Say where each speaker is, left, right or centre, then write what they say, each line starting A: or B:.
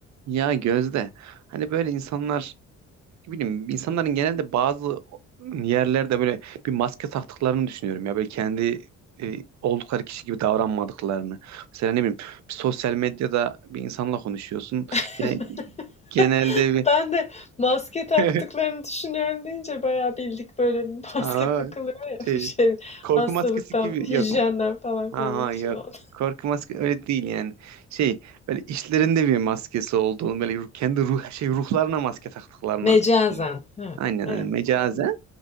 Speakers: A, on the right; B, on the left.
A: Ya Gözde hani böyle insanlar ne bileyim insanların genelde bazı yerlerde böyle bir maske taktıklarını düşünüyorum ya böyle kendi e, oldukları kişi gibi davranmadıklarını. Mesela ne bileyim bir sosyal medyada bir insanla konuşuyorsun.
B: <laughs>
A: Yani genelde bir
B: Ben de maske taktıklarını
A: <laughs>
B: düşünüyorum deyince bayağı bildik böyle <laughs> bir maske
A: Aa,
B: takılıyor ya
A: şey
B: bu şey
A: korku
B: hastalıktan,
A: maskesi gibi
B: hijyenden
A: yok
B: falan korunmak
A: Aha
B: bir
A: yok.
B: şey oldu.
A: Korku maske öyle değil yani. Şey böyle işlerinde bir maskesi olduğunu böyle ruh- kendi ruh şey ruhlarına maske taktıklarını
B: Mecazen.
A: diyeyim.
B: Ha,
A: Aynen
B: evet.
A: hani mecazen.
B: Anladım.